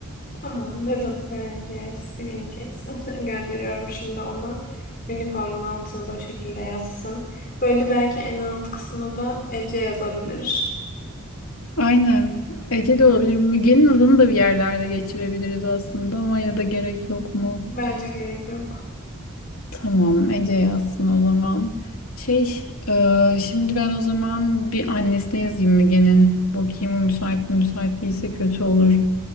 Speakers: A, on the left (about 40°); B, on the left (about 75°).
A: Tamam, noodle öğreneceğiz, bileceğiz. <laughs> Gönderiyorum şimdi ona. Unicorn'un altına da o şekilde yazsın. Böyle belki en alt kısma da Ece yazabilir.
B: Aynen. Ece de olabilir. Müge'nin adını da bir yerlerde geçirebiliriz aslında ama ya da gerek yok mu?
A: Bence gerek yok.
B: Tamam, Ece yazsın o zaman. Şey, e, şimdi ben o zaman bir annesine yazayım Müge'nin. Bakayım o müsait mi? Müsait değilse kötü olur.